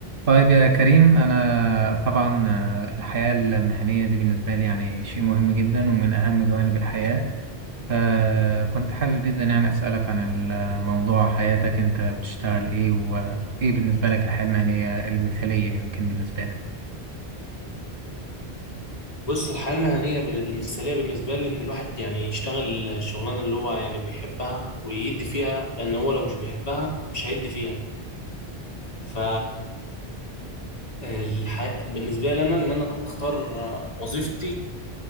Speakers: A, on the right; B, on the left.
A: طيب يا كريم أنا طبعا آه، الحياة المهنية دي بالنسبة لي يعني شيء مهم جدا ومن أهم جوانب الحياة فكنت حابب جدا يعني أسألك عن الموضوع حياتك أنت بتشتغل إيه وإيه بالنسبة لك الحياة المهنية المثالية يمكن بالنسبة لك
B: بص الحياة المهنية بال- المثالية بالنسبة لي إن الواحد يعني يشتغل الشغلانة اللي هو يعني بيحبها ويدي فيها لأن هو لو مش بيحبها مش هيدي فيها ف الح- بالنسبة لي أنا إن أنا أختار وظيفتي